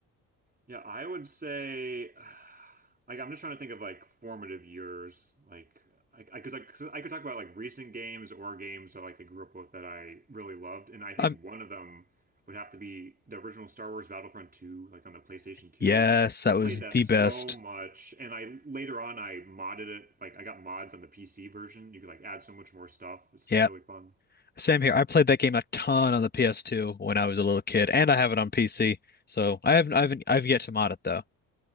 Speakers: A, on the right; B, on the left.
A: Yeah, I would say, <sighs> like, I'm just trying to think of like formative years, like, I, I, cause I, 'cause I could talk about like recent games or games that like I grew up with that I really loved, and I think
B: Um,
A: one of them would have to be the original Star Wars Battlefront 2, like on the PlayStation 2.
B: yes, that
A: I played
B: was
A: that
B: the
A: so
B: best.
A: much, and I later on I modded it, like I got mods on the PC version. You could like add so much more stuff. It's
B: Yeah,
A: really fun.
B: same here. I played that game a ton on the PS2 when I was a little kid, and I have it on PC. So I haven't, I haven't, I've yet to mod it though.